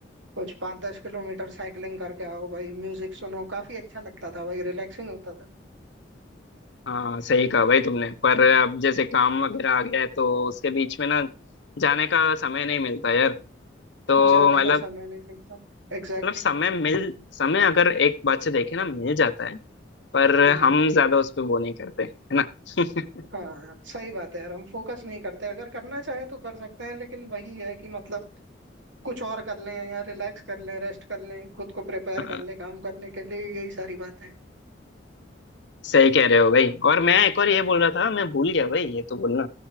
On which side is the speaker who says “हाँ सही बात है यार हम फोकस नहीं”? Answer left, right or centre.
Right